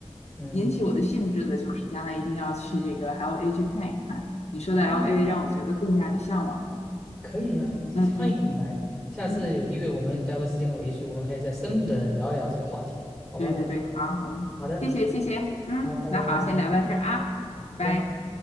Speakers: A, in the centre; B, on the left (about 75°).
A: 嗯
B: 引起我的兴致的就是将来一定要去这个 LA 去看一看。你说的
A: 可以
B: LA 让我觉得更加的向往。
A: 可以呀、
B: 嗯嗯
A: 欢迎你来，下次有机会我们找个时间，
B: 嗯。
A: 我也许我们可以再深入的聊一聊这个话题，好吧？
B: 对对对，好，我们谢谢谢谢，
A: 好的，
B: 嗯，
A: 好，拜拜拜拜
B: 那好，先聊到这儿啊，
A: 拜拜。
B: 拜拜。